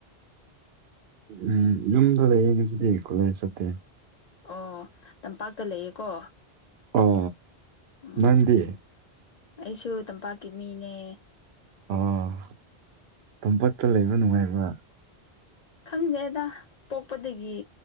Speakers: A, on the right; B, on the left.
A: ꯎꯝ ꯌꯨꯝꯗ ꯂꯩꯔꯤ ꯉꯁꯤꯗꯤ ꯀꯣꯠꯂꯦꯁ ꯆꯠꯇꯦ
B: ꯑꯣ ꯇꯝꯄꯥꯛꯇ ꯂꯩꯌꯦꯀꯣ
A: ꯑꯣ
B: ꯎꯝ
A: ꯅꯪꯗꯤ
B: ꯑꯩꯁꯨ ꯇꯝꯄꯥꯛꯀꯤ ꯃꯤꯅꯦ
A: ꯑꯣ ꯇꯝꯄꯥꯛꯇ ꯂꯩꯕ ꯅꯨꯡꯉꯥꯏꯕ꯭ꯔ
B: ꯈꯪꯗꯦꯗ ꯄꯣꯛꯄꯗꯒꯤ